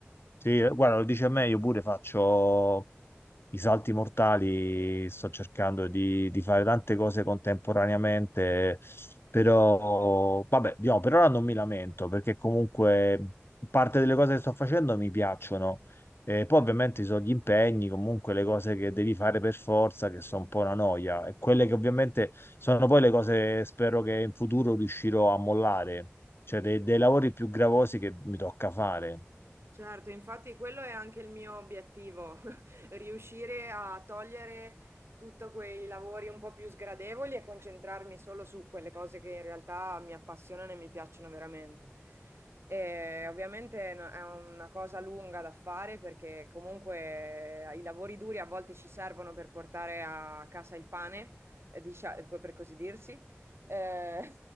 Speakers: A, on the left (about 60°); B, on the right (about 65°).
A: sì, eh, guarda, lo dice a me, io pure faccio, I salti mortali sto cercando di, di fare tante cose contemporaneamente, però vabbè, diciamo, per ora non mi lamento perché comunque parte delle cose che sto facendo mi piacciono. E poi ovviamente ci sono gli impegni, comunque le cose che devi fare per forza, che sono un po' una noia, e quelle che ovviamente sono poi le cose spero che in futuro riuscirò a mollare, cioè dei, dei lavori più gravosi che mi tocca fare.
B: Certo, infatti quello è anche il mio obiettivo, <laughs> riuscire a togliere tutti quei lavori un po' più sgradevoli e concentrarmi solo su quelle cose che in realtà mi appassionano e mi piacciono veramente. E ovviamente no- è una cosa lunga da fare perché comunque i lavori duri a volte ci servono per portare a casa il pane, eh, dicia- per così dirsi. Eh,